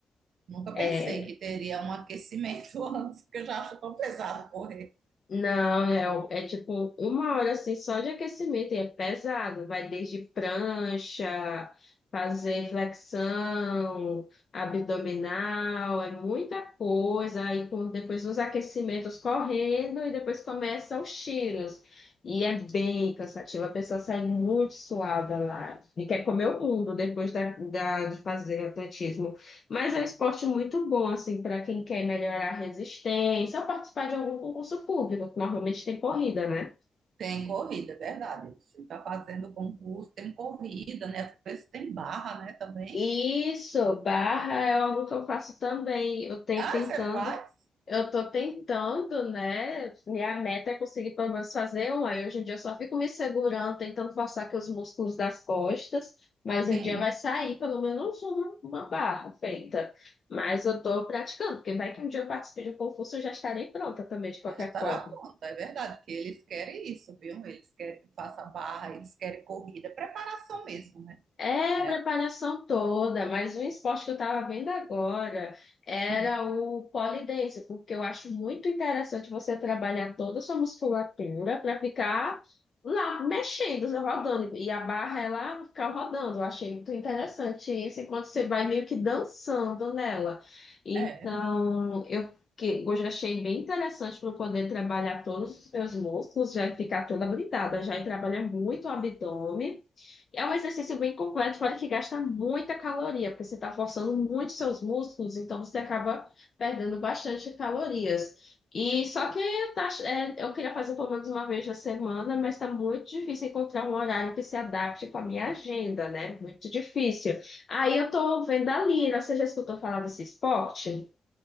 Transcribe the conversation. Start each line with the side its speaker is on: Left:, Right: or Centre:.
Right: nunca pensei
Left: É,
Right: que teria um aquecimento <laughs> antes, porque eu já acho tão pesado correr.
Left: Não, é, o- é tipo uma hora assim só de aquecimento, e é pesado, vai desde prancha, fazer flexão, abdominal, é muita coisa, aí com, depois uns aquecimentos correndo e depois começam os tiros. E é bem cansativo, a pessoa sai muito suada lá e quer comer o mundo depois da, da- de fazer atletismo. Mas é um esporte muito bom, assim, para quem quer melhorar a resistência ou participar de algum concurso público, que normalmente tem corrida, né?
Right: Tem corrida, é verdade. Você está fazendo concurso, tem corrida, né? Às vezes tem barra, né? Também.
Left: Isso, barra é algo que eu faço também. Eu tenho
Right: Ah,
Left: tentando,
Right: você faz?
Left: eu tô tentando, né? Minha meta é conseguir pelo menos fazer um. Aí hoje em dia eu só fico me segurando, tentando forçar aqui os músculos das costas, mas
Right: Sim,
Left: um dia vai sair pelo menos uma, uma barra feita. Mas eu tô praticando, porque vai que um dia eu participe de um concurso, eu já estarei pronta também, de qualquer
Right: estará
Left: forma.
Right: pronto é verdade, que eles querem isso, viu? Eles querem que faça barra, eles querem corrida, preparação mesmo, né?
Left: É, a
Right: É,
Left: preparação toda, mas um esporte que eu estava vendo agora era
Right: hum,
Left: o pole dance, porque eu acho muito interessante você trabalhar toda a sua musculatura para ficar lá mexendo, rodando, e a barra ela ficar rodando. Eu achei muito interessante isso, enquanto você vai meio que dançando nela. Então,
Right: é,
Left: eu que eu já achei bem interessante para poder trabalhar todos os meus músculos, já ficar toda habilitada, já e trabalha muito o abdômen. É um exercício bem completo, fora que gasta muita caloria, porque você está forçando muito seus músculos, então você acaba perdendo bastante calorias. E só que tá- é, eu queria fazer pelo menos uma vez na semana, mas está muito difícil encontrar um horário que se adapte com a minha agenda, né? Muito difícil. Aí eu estou vendo a Lira, você já escutou falar desse esporte?